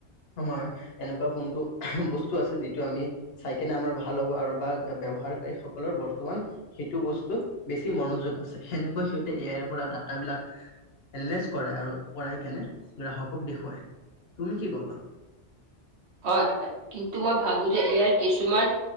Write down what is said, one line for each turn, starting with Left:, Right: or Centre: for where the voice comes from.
Left: আমাৰ এনেকুৱা কোনটো বস্তু আছে, যিটো আমি চাইকনে আমাৰ ভাল হ'ব আৰু বা ব্যৱহাৰকাৰী সকলৰ বৰ্তমান, সেইটো বস্তুত বেছি মনোযোগ আছে। সেনেকুৱা সিহঁ তে এ আইৰ পৰা ডাটাবিলাক এনালাইজ কৰাই। আৰু কৰাই কেনে, গ্ৰাহকক দেখুৱায়। তুমি কি ক'বা?
Right: হয়! কিন্তু, মই ভাবোঁ যে, এ আই কিছুমান